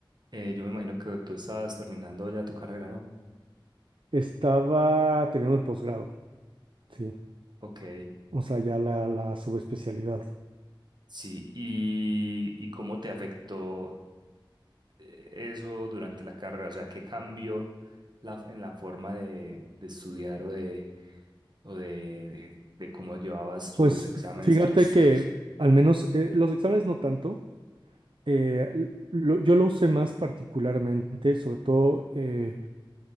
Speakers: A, on the right; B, on the right.
A: Eh, yo me imagino que tú estás terminando ya tu carrera, ¿no?
B: Estaba terminando el posgrado, sí,
A: Ok.
B: o sea, ya la, la subespecialidad.
A: Sí, ¿y, y cómo te afectó eh, eso durante la carrera? O sea, ¿qué cambió la, en la forma de, de estudiar o de, o de, de, de cómo llevabas tus
B: Pues
A: exámenes
B: fíjate
A: y todas esas
B: que
A: cosas?
B: al menos eh, los exámenes no tanto. eh, l- lo- yo lo usé más particularmente, sobre todo, eh,